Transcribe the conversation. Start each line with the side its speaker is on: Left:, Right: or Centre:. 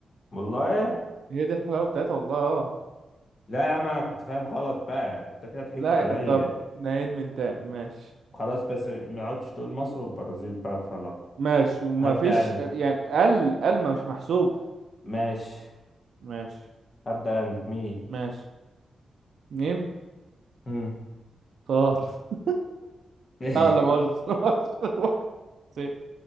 Left: والله
Right: هي دي الحلاوة بتاعتها والله اه
Left: لا يا عم انا كنت فاهم غلط بقى انت كده ضحكت
Right: لا
Left: عليا
Right: طب نعيد من تاني ماشي
Left: خلاص بس ما عدتش تقول مصر والبرازيل بقى خلاص
Right: ماشي وما
Left: هبدأ
Right: فيش
Left: أنا.
Right: يعني ال ال ما مش محسوب
Left: ماشي
Right: ماشي
Left: هبدأ أنا مي
Right: ماشي ميم
Left: مم.
Right: طاط <laughs>
Left: <laughs> إيه،
Right: اه لا مؤاخذة <laughs> لا مؤاخذة لا مؤاخذة.